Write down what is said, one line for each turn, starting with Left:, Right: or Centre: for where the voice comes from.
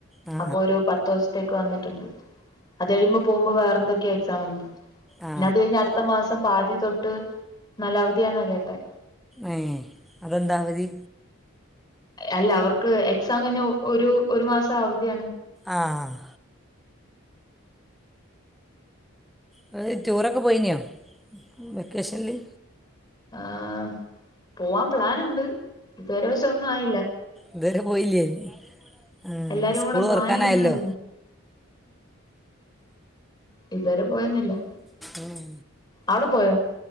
Centre: ആ
Left: അപ്പൊര് പത്ത് ദിവസത്തേക്ക് വന്നിട്ടൊണ്ട്. അത് കഴിയ്മ്പോ പോമ്പം വേറെന്തൊയോ എക്സാമൊണ്ട്.
Centre: ആ
Left: പിന്നെ അത് കഴിഞ്ഞ് അട്ത്ത മാസം പാതി തൊട്ട് നല്ല അവധിയാന്നാ കേട്ടെ
Centre: ഏഹ് അതെന്താ അവധി?
Left: അല്ലാ അവർക്ക് എക്സാം കഴിഞ്ഞാ ഒരു ഒരു മാസം അവധിയാണ്.
Centre: ആഹ് <unintelligible> ടൂറൊക്കെ പോയിനിയോ വെക്കേഷനില്?
Left: ആഹ് പൂവാൻ പ്ലാന്ണ്ട് ഇതുവരെ പക്ഷെ ഒന്നും ആയില്ലാ.
Centre: ഇത് വരെ പോയില്ലേനി ആഹ്
Left: എല്ലാരും
Centre: സ്കൂള്
Left: കൂടെ പ്ലാൻ
Centre: തൊറക്കാനായല്ലോ?
Left: ഇടുന്നതേ ഉള്ളൂ ഇത് വരെ പോയൊന്നുല്ലാ.
Centre: ഉം
Left: അവടെ പോയോ?